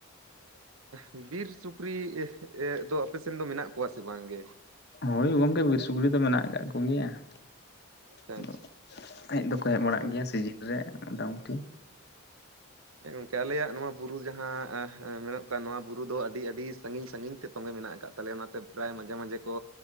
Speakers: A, on the right; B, on the left.
A: ᱵᱤᱨ ᱥᱩᱠᱨᱤ ᱫᱚ ᱟᱯᱮ ᱥᱮᱱ ᱫᱚ ᱢᱮᱱᱟᱜ ᱠᱚᱣᱟ ᱥᱮ ᱵᱟᱝ ᱜᱮ?
B: ᱦᱳᱭ ᱜᱚᱝᱠᱮ ᱵᱤᱨ ᱥᱩᱠᱨᱤ ᱫᱚ ᱢᱮᱱᱟᱜ ᱟᱠᱟᱜ ᱠᱚᱜᱮᱭᱟ ᱾
A: ᱟᱪᱪᱷᱟ
B: ᱟᱫᱚ
A: ᱟᱪᱪᱷᱟ
B: ᱦᱮᱡ ᱫᱚᱠᱚ ᱦᱮᱡ ᱵᱟᱲᱟᱜ
A: ᱢᱟᱱᱮ
B: ᱜᱮᱭᱟ ᱥᱤᱡᱤᱱ ᱨᱮ ᱢᱚᱴᱟᱢᱩᱴᱤ ᱾
A: ᱦᱮᱸ ᱜᱚᱝᱠᱮ ᱟᱞᱮᱭᱟᱜ ᱱᱚᱣᱟ ᱵᱩᱨᱩ ᱡᱟᱦᱟᱸ ᱢᱮᱱᱚᱜ ᱠᱟᱱ ᱱᱚᱣᱟ ᱵᱩᱨᱩ ᱫᱚ ᱟᱹᱰᱤ, ᱟᱹᱰᱤ ᱥᱟᱺᱜᱤᱧ ᱥᱟᱺᱜᱤᱧ ᱛᱮ ᱛᱚᱜᱮ ᱢᱮᱱᱟᱜ ᱟᱠᱟᱫ ᱛᱟᱞᱮᱭᱟ ᱚᱱᱟᱛᱮ ᱯᱨᱟᱭ ᱢᱟᱡᱷᱮ ᱢᱟᱡᱷᱮ ᱠᱚ